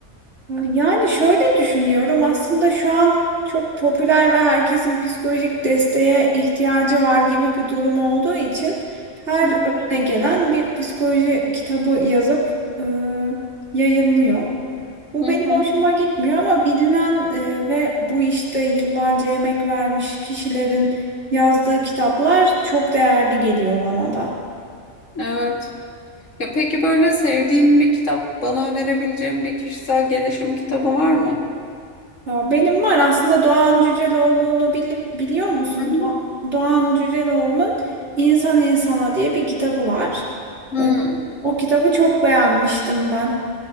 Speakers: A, on the right; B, on the left.
A: Ee, Yani şöyle düşünüyorum aslında şu an çok popüler ve herkesin psikolojik desteğe ihtiyacı var gibi bir durum olduğu için her
B: Hı
A: önüne gelen bir psikoloji kitabı yazıp e, yayınlıyor. Bu
B: hı,
A: benim
B: Hı hı.
A: hoşuma gitmiyor ama bilinen e, ve bu işte yıllarca emek vermiş kişilerin yazdığı kitaplar çok değerli geliyor bana da.
B: evet. Ya peki böyle sevdiğin bir kitap, bana önerebileceğin bir kişisel gelişim kitabı var mı?
A: Ya benim var aslında Doğan Cüceloğlu'nu bili- biliyor musun?
B: Hı
A: Do- Doğan Cüceloğlu'nun İnsan İnsana diye bir kitabı var.
B: hı.
A: Ee, o kitabı çok beğenmiştim ben.